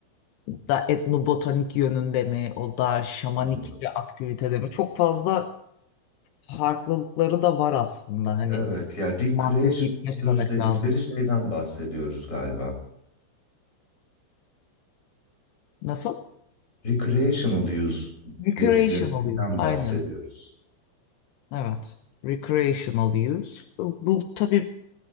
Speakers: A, on the left; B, on the left.
A: da etnobotanik yönünde mi o daha şamanik
B: Anladım.
A: bir aktivitede mi çok fazla farklılıkları da var aslında. Hani
B: Evet ya recreational
A: madde deyip geçmemek
B: use dedikleri
A: lazım.
B: şeyden bahsediyoruz galiba.
A: Nasıl?
B: Recreational use
A: Recreational
B: dedikleri şeyden
A: use.
B: bahsediyoruz.
A: Aynen. Evet. Recreational use. Bu tabii